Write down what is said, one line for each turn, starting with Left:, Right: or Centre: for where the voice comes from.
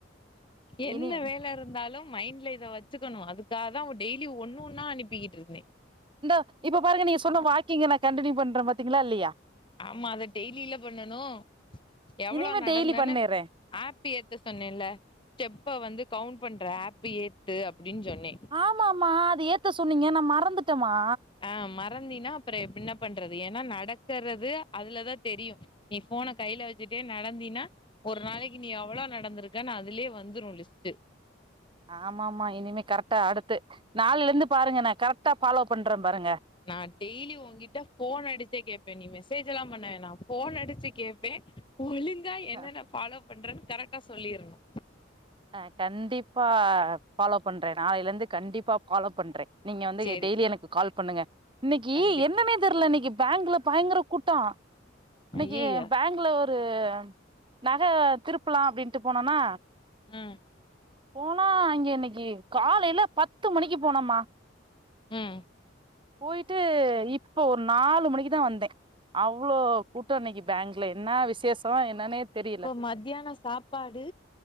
Left: என்ன
Right: இனி
Left: வேலருந்தாலு மைண்ட்ல இத வச்சுக்கணு அதுக்காக தா டெய்லி ஒண்ணு ஒன்னா அனுப்பிக்கிட்டு இருந்தே
Right: இந்தா இப்ப பாருங்க நீங்க சொன்ன வாக்கிங்க நா கண்ட்னியூ பண்றே பாத்தீங்களா இல்லையா
Left: ஆமா அத டெய்லியில பண்ணணு எவ்வளோ
Right: இனிமே
Left: நடந்தேன்னு
Right: டெய்லி பண்ணிர்றே
Left: ஆர்ட் பு ஏத்த சொன்னேன்ல்ல ஸ்டெப்ப வந்து கவுண்ட் பண்ற ஆப்ப ஏத்து அப்டின்னு சொன்னே
Right: ஆமாமாமா அது ஏத்த சொன்னீங்க நா மறந்துட்டேம்மா
Left: ஆ மறந்தினா அப்ற என்ன பண்றது ஏன்னா நடக்கறது அதுலதா தெரியு ஏ போன கைல வச்சுட்டே நடந்தீனா ஒரு நாளைக்கு நீ எவ்ளோ நடந்திருக்க அதுலே வந்துரு லிஸ்ட்டு
Right: ஆமாமாமா இனிமே கரெக்டா அடுத்து நாளைல இருந்து பாருங்க நா கரெக்டா ஃபாலோ பண்றே பாருங்க
Left: நா டெய்லி ஓங்கிட்ட போன்ன அடிச்சே கேப்பே நீ மெசேஜ் எல்லா பண்ணவேணா ஃபோன் அடிச்சு கேப்பே ஒழுங்கா
Right: ஆ
Left: என்னென்ன ஃபாலோ பண்றனு கரெட்டா சொல்லிறணு
Right: ஆ கண்டிப்பா ஃபாலோ பண்றே நாளைலருந்து கண்டிப்பா ஃபாலே பண்றே நீங்க வந்து
Left: சேரி
Right: டெய்லி எனக்கு கால் பண்ணுங்க இன்னைக்கி
Left: கண்டிப்
Right: என்னனே தெர்ல இன்னைக்கி பேங்குல பயங்கர கூட்டோ இன்னைக்கி
Left: ஐயய்ய
Right: பேங்க் ல ஒரு நக திருப்லா அப்டின்ட்டு போனனா
Left: ம்
Right: போனா அங்க இன்னைக்கி காலையில பத்து மணிக்கி போனமா
Left: உம்
Right: போயிட்டு இப்போ ஒரு நாலு மணிக்கு தா வந்தே அவ்ளோ கூட்டோ இன்னைக்கி பேங்க்ல என்னா விசேஷோ என்னானே தெரியல
Left: மத்யானோ சாப் பாடு